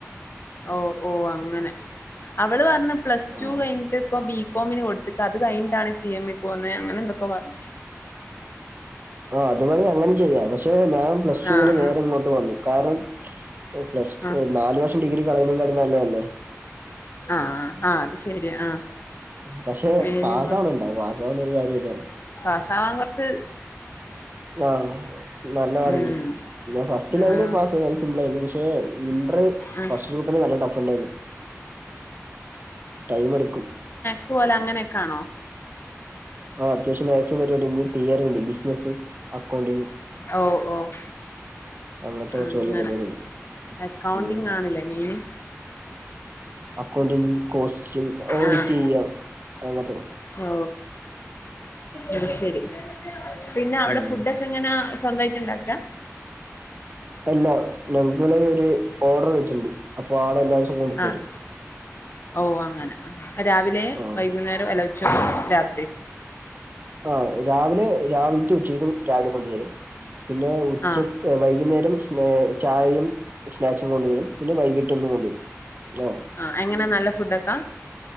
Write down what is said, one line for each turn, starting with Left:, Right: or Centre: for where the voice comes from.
Left: ഓ ഓ അങ്ങനെ അവള് പറഞ് പ്ലസ്
Right: ആഹ്
Left: ടു കഴിഞ്ഞട്ട് ഇപ്പൊ ബി കോമിന് കൊടുത്ത്ക്ക അത് കഴിഞ്ഞിട്ടാണ് സി എം എ കോന്നെ അങ്ങനെ എന്തൊക്കാ പറഞ്ഞു
Right: ആഹ് അതുവഴി അങ്ങനെ ചെയ്യ പക്ഷെ ഞാൻ പ്ലസ് ടൂവിന്
Left: ആഹ്
Right: നേരെ ഇങ്ങോട്ട് വന്നു കാരണം പ്ലസ്
Left: ആഹ്
Right: നാല് വർഷം ഡിഗ്രി കളയുന്ന കട നല്ല അല്ലേ
Left: ആഹ് ആഹ് അത് ശരി ആഹ്
Right: പക്ഷെ
Left: മെയിന്
Right: പാസവണട്ട പാസാവാണ്ട് ഒരു കാര്യംല്ല
Left: പാസാവാൻ കുറച്ച്
Right: ആഹ് നല്ലരുണ്ട്
Left: ഉം
Right: ഞാൻ ഫസ്റ്റ് ലെവല്
Left: ആഹ്
Right: പാസ് ആയി അത് സിപിൾ ആയിരുന്ന പക്ഷെ ക്ഷേ ഇൻ്റർ
Left: ആഹ്
Right: ഫസ്റ്റ് ഗ്രൂപ്പിന് നല്ല ടഫ് ഉണ്ടായിരുന്നു ടൈം എടുക്കും
Left: സോല അങ്ങനെയൊക്കെണോ
Right: ആഹ് അത്യാവശ്യം മാക്സും വരുന്നുണ്ട് പിന്നെ തിയറിണ്ട് ബിസ് അത്യാവശ്യം അക്കൗണ്ടിങ്ങും
Left: ഓ ഓ
Right: അങ്ങനത്തെ കുറച്ച്
Left: അങ്ങനെ
Right: വലിയ പരിപാടിണ്ട്
Left: അക്കൗണ്ടിങ്
Right: ഉം
Left: ആണല്ലേ മെയിന്
Right: അക്കൗണ്ടിങ് കോസ്റ്റിങ് ഓഡിറ്റ്
Left: ആഹ്
Right: ചെയ്യാം അങ്ങത്തെ
Left: ഓ അത് ശരി പിന്നെ അവടെ
Right: ഉം
Left: ഫുഡ് ഒക്കെ എങ്ങന സ്വന്തായിട്ട് ഇണ്ടാക്കാ
Right: അല്ല ഞങ്ങക്ക് ഇങ്ങനെ ഒരു ഓർഡർ വെച്ചിണ്ട് അപ്പൊ ആള് എല്ലാ ദിവസം കൊണ്ട്
Left: ആഹ്
Right: തരും
Left: ഓ അങ്ങനെ ആഹ് രാവിലെ
Right: ആഹ്
Left: വൈകുന്നേരം അല്ല ഉച്ചക്കും രാത്രിം
Right: ആഹ് രാവിലെ രാവിലത്തെ ഉച്ചക്കും രാവിലെ കൊണ്ടു തരും പിന്നെ ഉച്ച
Left: ആഹ്
Right: ഏ വൈകുന്നേരം ഏ ചായയും സ്നാക്സും കൊണ്ടുവരും പിന്നെ വൈകിട്ട് ഒന്നും കൊണ്ടുവരും ആഹ്
Left: ആഹ്‌ എങ്ങന നല്ല ഫുഡൊക്കാ